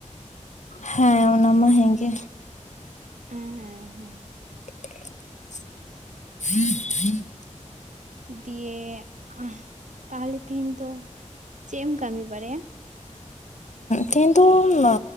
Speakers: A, on the left; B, on the right.
A: ᱦᱮᱸ ᱚᱱᱟ ᱢᱟ ᱦᱮᱸᱜᱮ
B: ᱦᱮᱸ ᱦᱮᱸ ᱦᱮᱸ
A: <unintelligible>
B: ᱫᱤᱭᱮ ᱛᱟᱦᱚᱞᱮ ᱛᱮᱦᱮᱧ ᱫᱚ ᱪᱮᱜ ᱮᱢ ᱠᱟᱹᱢᱤ ᱵᱟᱨᱟᱭᱟ? <inaudible>
A: ᱛᱮᱦᱮᱱ ᱫᱚ ᱱᱚ